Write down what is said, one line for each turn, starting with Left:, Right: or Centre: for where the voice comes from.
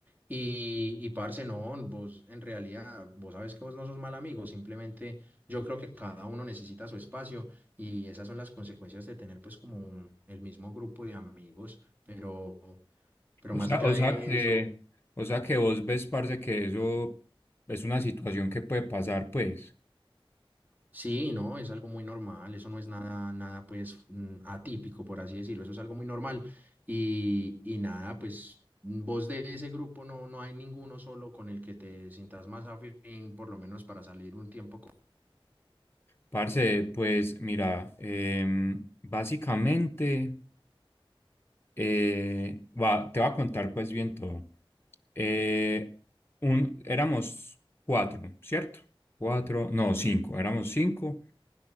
Right: Y, y parce, no, vos en realidad, vos sabes que vos no sos mal amigo, simplemente yo creo que cada uno necesita su espacio y esas son las consecuencias de tener pues como un- el mismo grupo de amigos, pero... Pero
Left: O
Right: más
Left: sea,
Right: allá
Left: o
Right: de
Left: sea que,
Right: eso,
Left: o sea que vos ves, parce, que eso es una situación que puede pasar, pues.
Right: Sí, no, es algo muy normal, eso no es nada, nada pues mm, atípico, por así decirlo, eso es algo muy normal. Y, y nada, pues mm, vos de ese grupo no, no hay ninguno solo con el que te sientas más afín, por lo menos para salir un tiempo con...
Left: Parce, pues mira, em, básicamente eh, va- te voy a contar pues bien todo. Eh, un, éramos cuatro, ¿cierto? Cuatro, no, cinco, éramos cinco.